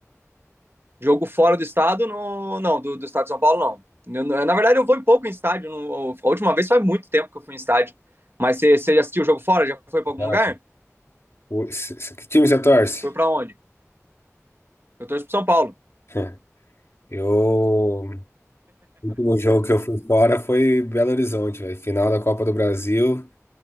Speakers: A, on the right (about 45°); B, on the left (about 55°).
A: Jogo fora do estado, no, não, do, do estado de São Paulo, não. Eu, na verdade, eu vou em pouco em estádio. No, a última vez faz muito tempo que eu fui em estádio. Mas você, você já assistiu o jogo fora? Já foi para algum
B: Já,
A: lugar?
B: cara. O- se- se- Que time você torce?
A: Foi para onde? Eu torço pro São Paulo.
B: <laughs> Eu. O último jogo que eu fui fora foi Belo Horizonte, velho. Final da Copa do Brasil.